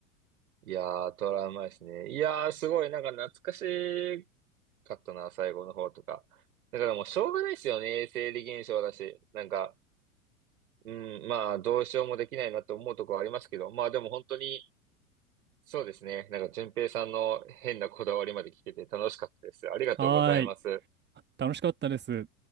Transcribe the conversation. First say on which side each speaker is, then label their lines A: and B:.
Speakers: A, on the right; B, on the right.
A: いやー、トラウマですね。いやー、すごい、なんか懐かしかったな、最後の方とか。だからもうしょうがないですよね、生理現象だし。なんか、うん、まあ、どうしようもできないなと思うところありますけど、まあでも本当に、そうですね。なんか、淳平さんの変なこだわりまで聞けて楽しかったです。ありがとうございます。
B: はーい。楽しかったです。